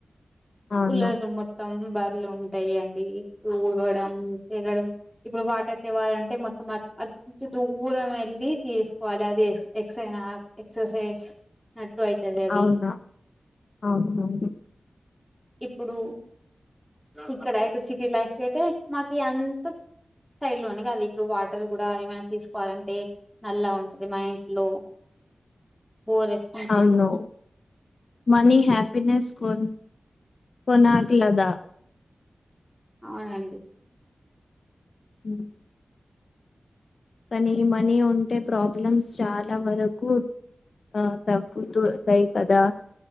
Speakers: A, on the left (about 65°); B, in the centre.
A: అవును
B: ఊల్లల మొత్తం బర్లుంటయండి. ఊడ్వడం తినుడు. ఇప్పుడు వాటర్ తేవాలంటే మొత్తం అట్ అట్ నుంఛీ దూరం ఏళ్ళి తీస్కోవాలి అది ఎ ఎక్స్ అయినా. ఎక్ససైస్ నట్టు ఐతదదీ.
A: అవును అవును
B: ఇప్పుడు ఇక్కడైతే సి. టీ లైఫ్ కైతే మాకీ అంత. సైడ్ లోనే గాదు ఇప్పుడు వాటర్ గుడా ఏమైనా తీస్కోవాలంటే. నల్లా ఉంటది మా ఇంట్లో బోరేస్.
A: ఔను. మనీ హ్యాపినెస్ కొ కొన్న అంటివి గద.
B: అవునండి.
A: ఉమ్. కానీ మనీ ఉంటే ప్రాబ్లమ్స్ చాలా వరకు. ఆ తగ్గుతు తయి కదా.